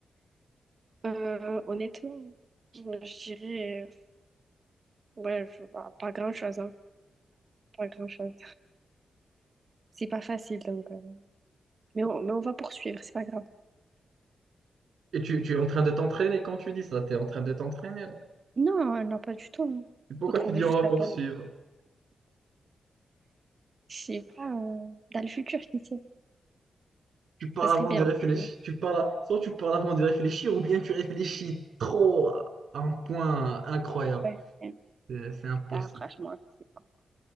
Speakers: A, on the right (about 35°); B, on the right (about 70°).
A: Euh, honnêtement, je dirais, euh, ouais, je, bah, pas grand-chose, hein. Pas grand-chose. C'est pas facile, donc. euh, Mais, on, mais on va poursuivre, c'est pas grave.
B: Et tu, tu es en train de t'entraîner quand tu dis ça, t'es en train de t'entraîner là.
A: Non, non, pas du tout. hein.
B: Pourquoi
A: Faut trouver
B: tu dis on
A: juste
B: va poursuivre?
A: la bonne. Je sais pas, euh, dans le futur, qui sait.
B: Tu parles
A: Ça serait
B: avant
A: bien.
B: de réfléchir.
A: tu vois.
B: Tu parles, soit tu parles avant de réfléchir, ou bien tu réfléchis trop à à un point incroyable.
A: Ouais, ouais.
B: C'est c'est impossible.
A: Ah, franchement, je sais pas.